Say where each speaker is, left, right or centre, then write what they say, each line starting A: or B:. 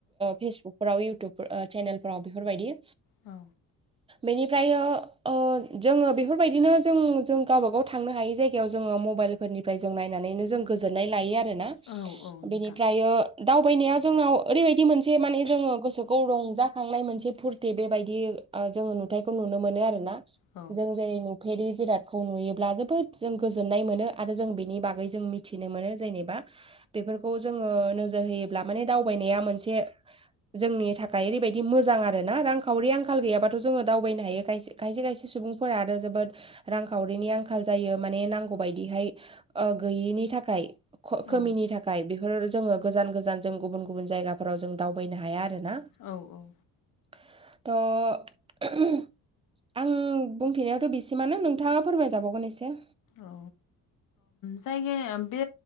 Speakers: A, on the right; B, on the left.
A: फेसबुक <unintelligible> इउटुब चेनेलफोराव बेफोरबायदि
B: औ।
A: बेनिफ्राय ओ जोङो बेफोरबायदिनो जों जों गावबागाव थांनो हायै जायगायाव जोङो मबाइल फोरनिफ्राय जों नायनानैनो जों गोजोननाय लायो आरोना
B: औ नोंथां
A: बेनिफ्राय दावबायनायाव जोंनाव ओरैबायदि मोनसे माने जोङो गोसोखौ रंजाखांनाय मोनसे फुरथि बेबायदि जोङो नुथायखौ नुनो मोनो आरो ना
B: औ
A: जों जेरै फेरि जिरादखौ नुयोब्ला जोबोद जों गोजोननाय मोनो आरो जों बेनि बागै जों मिथिनो मोनो जेनेबा बेफोरखौ जोङो नोजोर होयोब्ला माने दावबायनाया मोनसे जोंनि थाखाय ओरैबायदि मोजां आरो ना रांखावरि आंखाल गैयाबाथ' जोङो दावबायनो हायो खाय- खायसे- खायसे सुबुंफोरा आरो जोबोद रांखावरिनि आंखाल जायो। माने नांगौ बायदिहाय गैयिनि थाखाय ख'-
B: औ
A: खोमिनि थाखाय बेफोर जोङो गोजान- गोजान जों गुबुन- गुबुन जायगाफोराव जों दावबायनो हाया आरो ना।
B: औ औ
A: थ' आं बुंथेनायावथ' बिसिमानो नोंथाङा फोरमायजाबावगोन एसे
B: औ जायगाया बे